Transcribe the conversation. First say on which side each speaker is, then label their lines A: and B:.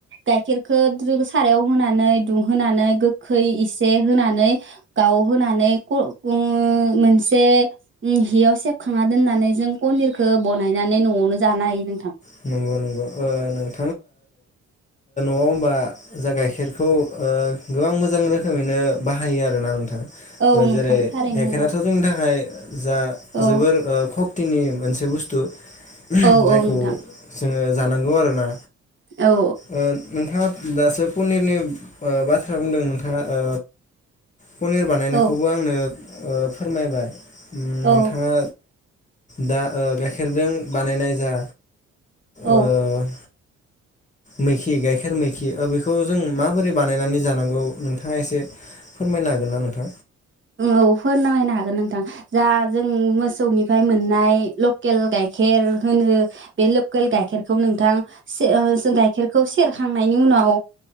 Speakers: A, on the right; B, on the left.
A: गाइखेरखौ सारायाव होनानै दुंहोनानै गोखै इसे होनानै गाव होनानै मोनसे हियाव सेबखांना दोननानै जों कनिरखौ बानायनानै न'आवनो जानो हायो नोंथां।
B: <unintelligible> न'आव होमबा जा गाइखेरखौ ओ गोबां मोजां रोखोमैनो बाहायो आर ना नोंथां।
A: औ नोंथां
B: जेरै
A: थारैनो
B: गाइखेराथ'
A: नंगौ
B: जोंनि थाखाय जा
A: औ
B: जोबोर खक्तिनि मोनसे बुस्थु
A: औ
B: जायखौ
A: औ नोंथां।
B: जोङो जानांगौ आरोना।
A: औ
B: ओ नोंथाङा दासो पनिरनि बाथ्रा बुंदों नोंथाङा ओ पनिर बानायनायखौबो
A: औ
B: आंनो ओ फोरमायबाय
A: औ
B: नोंथाङा। दा ओ गाइखेरजों बानायनाय जा
A: औ।
B: ओ मैखि गाइखेर मैखि बेखौ जों माबोरै बानायनानै जानांगौ नोंथाङा एसे फोरमायनो हागोन ना नोंथां।
A: औ फोरमायनो हागोन नोंथां जा जों मोसौनिफ्राय मोननाय लकेल गाइखेर होनो बे लकेल गाइखेरखौ नोंथां से ओ जों गाइखेरखौ सेर खांनायनि उनाव